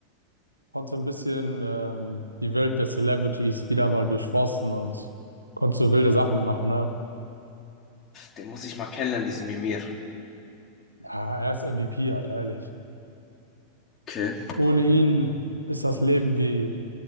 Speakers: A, on the right; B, on the left.
A: konntest du ein bisschen ähm, die Welt der Celebrities wieder mal durchforsten und konntest du wilde Sachen machen, ne?
B: Den muss ich mal kennenlernen, diesen Mimir.
A: Ja, er ist MVP halt, ehrlich.
B: Okay.
A: Ohne ihn ist das Leben wie